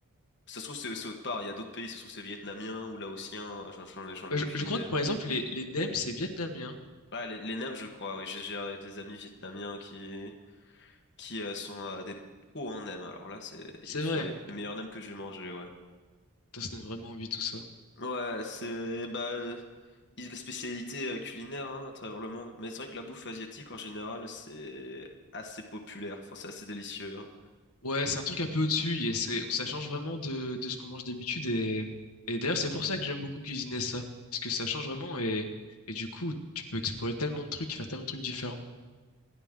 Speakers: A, on the left; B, on the left.
A: Ça se trouve, c'est c'est autre part. Il y a d'autres pays, ça se trouve, c'est vietnamien ou laotien. Ah, J'en j'en ai, j'en
B: Euh,
A: ai
B: Je,
A: aucune
B: je
A: idée.
B: crois que par exemple les les nems c'est vietnamien.
A: Ouais, les, les nems, je crois. Oui, j'ai j'ai des amis vietnamiens qui, qui euh, sont euh, des pros en nems. Alors là, c'est,
B: C'est
A: ils font
B: vrai.
A: les, les meilleurs nems que j'ai mangés, ouais.
B: Putain, Ça donne vraiment envie tout ça.
A: Ouais, c'est bah euh, il- les spécialités euh, culinaires hein, à travers le monde. Mais c'est vrai que la bouffe asiatique en général c'est assez populaire. Enfin, c'est assez délicieux. hein.
B: Ouais, c'est un truc un peu au-dessus et c'est- ça change vraiment de, de ce qu'on mange d'habitude et, et d'ailleurs c'est pour ça que j'aime beaucoup cuisiner ça parce que ça change vraiment et, et du coup tu peux explorer tellement de trucs, faire tellement de trucs différents.